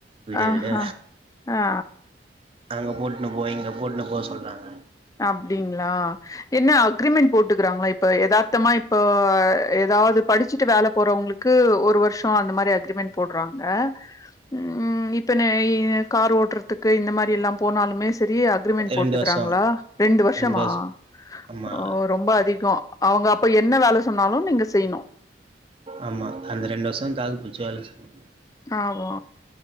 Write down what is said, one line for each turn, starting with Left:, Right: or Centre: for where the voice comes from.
Right: விடிய
Left: ஆஹா
Right: விடெ
Left: ஆ
Right: அங்கப் போட்ணு போ இங்கப் போட்ணு போ சொல்றாங்க
Left: அப்டிங்ளா என்ன அக்ரிமெண்ட் போட்டுக்குறாங்ளா இப் ப யதார்த்தமா இப்போ எதாவ்து படிச்சிட்டு வேல போறவுங்ளுக்கு ஒரு வர்ஷோ அந்த மாறி அக் அக்ரிமெண்ட் போட்றாங்க ம் இப்ப னு இ கார் ஓட்றத்துக்கு இந்த மாறி எல்லா போனாலுமேஸ் பெரிய அக்ரிமெண்ட் போட்டுக்குறாங்ளா
Right: ரெண்டு வருஷோ
Left: ண்டு வர்ஷமா
Right: ரெண்டு வருஷோ ஆமா
Left: ஓ ரொம்ப அதிகோ அவுங்க அப்ப என்ன வேல சொன்னாலு நீங்க செய்ணு
Right: ஆமா அந்த ரெண்டு வர்ஷொ தாக்குப்புட்ச்சி வேல செய்ணு
Left: ஆ ஓ